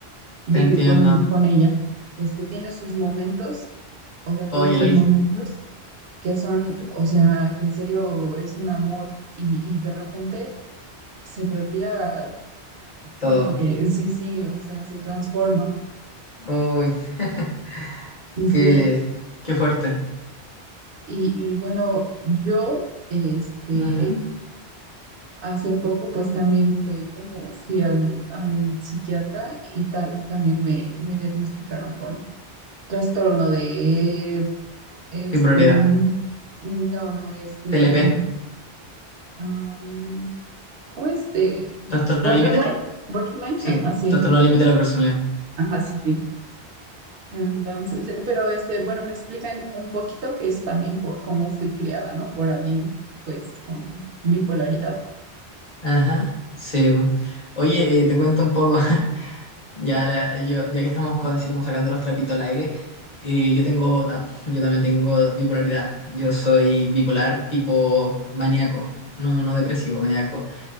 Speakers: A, on the right (about 65°); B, on the left (about 45°).
A: vivir
B: Te entiendo.
A: con, con ella. Este tiene sus momentos, o sea,
B: Oye,
A: tiene sus
B: el, el-
A: momentos que son,
B: t-
A: o sea, que en serio es un amor y, y de repente se le olvida,
B: todo.
A: <laughs> eh, sí, sí, o sea, se transforma.
B: Uy, <laughs>
A: Y
B: qué,
A: sí,
B: qué fuerte.
A: y, y bueno, yo, este,
B: Ujú.
A: hace poco pues también fue como fui al, al psiquiatra y tal, también me, me diagnosticaron con trastorno de Este,
B: Mi prioridad.
A: no, no, este
B: TLP.
A: de, am, ¿cómo es? De
B: ¿Trastorno
A: Borderline,
B: límite?
A: Borderline,
B: Sí,
A: ajá, sí,
B: trastorno límite de la personalidad.
A: ajá, sí, sí. Entonces, eh, pero este, bueno, me explican un poquito que es también por cómo fui criada, ¿no? Por alguien, pues, con bipolaridad.
B: Ajá. Sí. Oye, eh, te cuento un poco. <laughs> Ya, la- yo- ya que estamos co- así como sacando los trapitos al aire, eh, yo tengo TAP, yo también tengo bipolaridad. Yo soy bipolar tipo maníaco, no, no depresivo, maníaco.